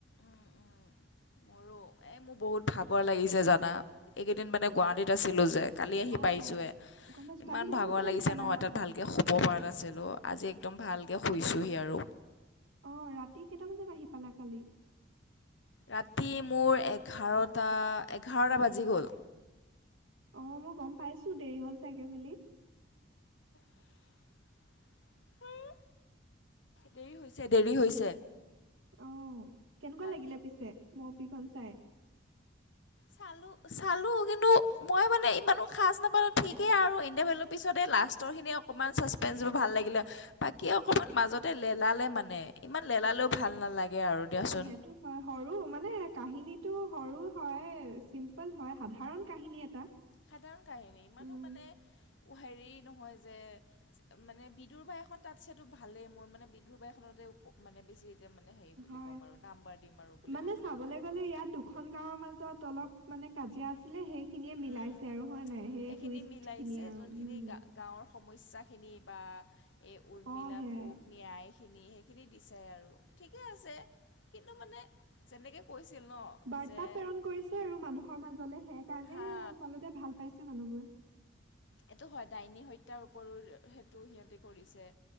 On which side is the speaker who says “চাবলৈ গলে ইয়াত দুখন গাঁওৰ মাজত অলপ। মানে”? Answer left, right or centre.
Right